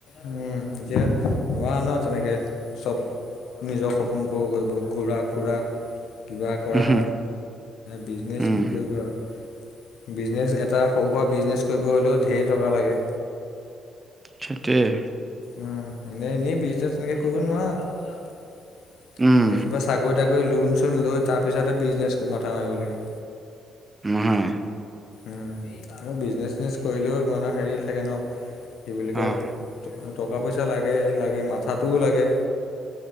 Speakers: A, on the left; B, on the right.
A: উম, এতিয়া- নোৱাৰ ন তেনেকৈ চব নিজৰ সপোনবোৰ কৰিব ঘূৰা, ফুৰা। কিবা কৰা,
B: উম, হুম,
A: বিজনেছ
B: উম,
A: কি কৰিবা আৰু। বিজনেছ এটা সৰু-সুৰা বিজনেছ কৰিব হ'লেও ঢেৰী টকা লাগে।
B: সেইটোয়েই।
A: উম, এনেই এনেই বিজনেছ তেনেকে কৰিব নোৱাৰা
B: উম,
A: কিবা। চাকৰি তাকৰি, লোন চোন লৈ তাৰ পিছতে বিজনেছ মাথা মাৰিব লাগে।
B: উম।
A: উম, আৰু বিজনেচ চিজনেছ কৰিলেও মানে হেৰি থাকে ন কি বুলি কয়-
B: অ'।
A: টকা পইচা লাগে, লাগে মাথাটোও লাগে।